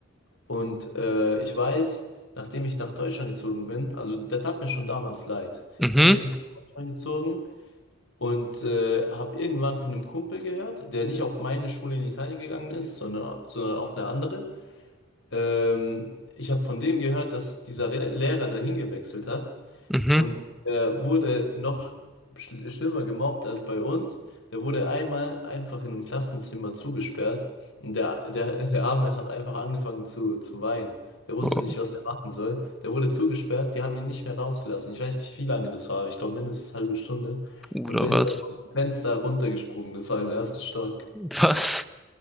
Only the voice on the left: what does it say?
Und äh, ich weiß, nachdem ich nach Deutschland gezogen bin, also der tat mir schon damals leid.
Dann bin ich nach Deutschland gezogen und äh, habe irgendwann von einem Kumpel gehört, der nicht auf meine Schule in Italien gegangen ist, sondern, sondern auf eine andere. Ähm, ich habe von dem gehört, dass dieser Re Lehrer dahin gewechselt hat
und der wurde noch schl schlimmer gemobbt als bei uns. Der wurde einmal einfach in einem Klassenzimmer zugesperrt und der, der, der Arme hat einfach angefangen zu, zu weinen. Der wusste
nicht, was er machen soll. Der wurde zugesperrt, die haben ihn nicht mehr rausgelassen. Ich weiß nicht, wie lange das war, aber ich glaube mindestens eine halbe Stunde.
Und der
ist dann aus dem Fenster runtergesprungen. Das war im ersten Stock.